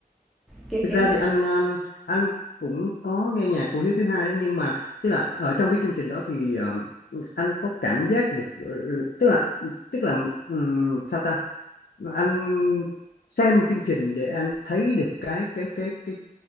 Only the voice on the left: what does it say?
Thực ra
thì anh um, anh cũng có nghe nhạc của Hiếu thứ hai đó nhưng mà tức là ở trong cái chương trình đó thì um, anh có cảm giác được ừ, ừ, tức là tức là um, sao ta anh xem chương trình để anh thấy được cái cái cái cái